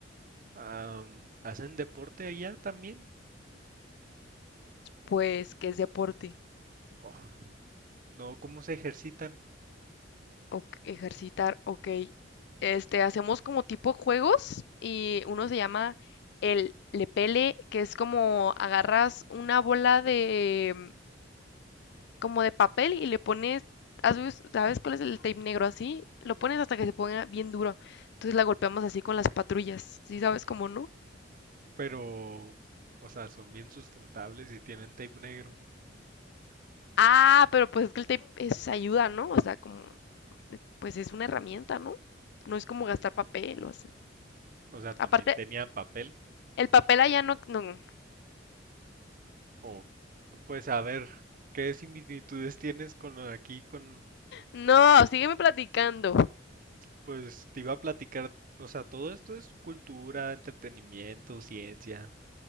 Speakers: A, on the right; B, on the left.
A: Am, ¿hacen deporte allá también?
B: Pues que es deporte.
A: Oh, no, ¿cómo se ejercitan?
B: o ejercitar, ok. Este, hacemos como tipo juegos y uno se llama el lepele, que es como agarras una bola de mm, como de papel y le pones, ¿has vis- ¿sabes cuál es el tape negro así? Lo pones hasta que se ponga bien duro. Entonces la golpeamos así con las patrullas, ¿sí sabes cómo no?
A: pero, o sea, son bien sustentables y tienen tape negro.
B: Ah, pero pues es que el tape es ayuda, ¿no? O sea, como pues es una herramienta, ¿no? No es como gastar papel o así.
A: O sea, también
B: Aparte,
A: tenían papel.
B: el papel allá no, no,
A: O, pues, a ver, ¿qué similitudes tienes con aquí con,
B: No, sígueme platicando.
A: pues, te iba a platicar, o sea, todo esto es cultura, entretenimiento, ciencia.